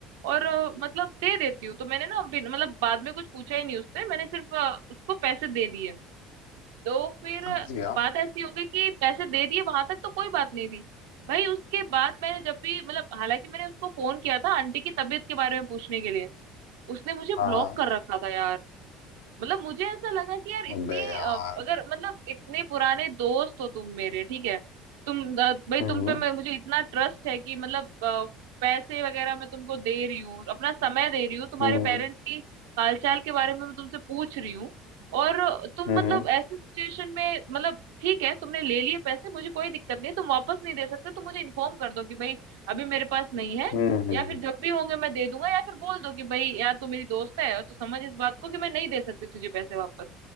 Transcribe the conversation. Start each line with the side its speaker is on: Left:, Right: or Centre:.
Right: और अ, मतलब दे देती हूँ तो मैंने ना बिन- मतलब बाद में कुछ पूछा ही नहीं उससे मैंने सिर्फ अ, उसको पैसे दे दिए तो फिर अ,
Left: समझ गया
Right: बात ऐसी हो गई कि पैसे दे दिए वहां तक तो कोई बात नहीं थी भाई उसके बाद मैंने जब भी मतलब हालांकि मैंने उसको फोन किया था आंटी की तबीयत के बारे में पूछने के लिए उसने मुझे
Left: हाँ
Right: ब्लॉक
Left: हाँ
Right: कर रखा था यार मतलब मुझे ऐसा लगा कि यार इतनी
Left: अबे यार
Right: अ, अगर मतलब इतने पुराने दोस्त हो तुम मेरे ठीक है तुम अ, भाई
Left: हम्म
Right: तुम पे मैं मुझे इतना ट्रस्ट है कि मतलब अ, पैसे वगैरह मैं तुमको दे रही हूँ अपना समय दे रही हूँ तुम्हारे
Left: हम्म
Right: पेरेंट्स की हालचाल के बारे में मैं तुमसे पूछ रही हूँ और तुम
Left: हम्म
Right: मतलब
Left: हम्म
Right: ऐसी सिचुएशन में मतलब ठीक है तुमने ले लिए पैसे मुझे कोई दिक्कत नहीं है तुम वापस नहीं दे सकते तो मुझे इन्फॉर्म कर दो कि भाई अभी मेरे पास नहीं है
Left: हम्म,
Right: या
Left: हम्म,
Right: फिर जब भी होंगे मैं दे दूंगा या फिर बोल दो कि भाई यार तू मेरी दोस्त है तो समझ इस बात को कि मैं नहीं दे सकती तुझे पैसे वापस